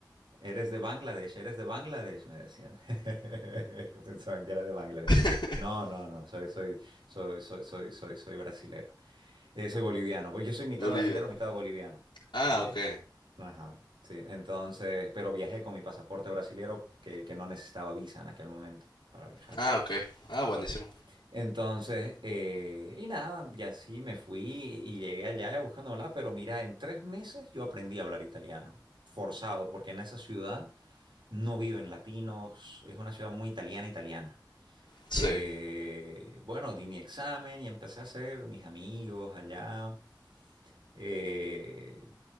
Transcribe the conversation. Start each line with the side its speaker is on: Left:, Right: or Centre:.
Right: eres de Bangladesh, eres de Bangladesh, me decían. <laughs> Yo Pensaban que era de Bangladesh.
Left: <laughs>
Right: No, no, no, soy, soy, soy, soy, soy, soy, soy brasilero. Eh, soy boliviano, pues yo soy mitad
Left: Boliviano.
Right: brasilero, mitad boliviano.
Left: Ah,
Right: Eh,
Left: ok.
Right: ajá, sí, entonces, pero viajé con mi pasaporte brasilero que, que no necesitaba visa en aquel momento para viajar.
Left: Ah, ok. Ah, buenísimo.
Right: Ok. Entonces, eh, y nada, y así me fui y llegué allá buscando hablar. pero mira, en tres meses yo aprendí a hablar italiano, forzado, porque en esa ciudad no viven latinos, es una ciudad muy italiana, italiana.
Left: Sí.
Right: Eh, bueno, di mi examen y empecé a hacer mis amigos allá. eh,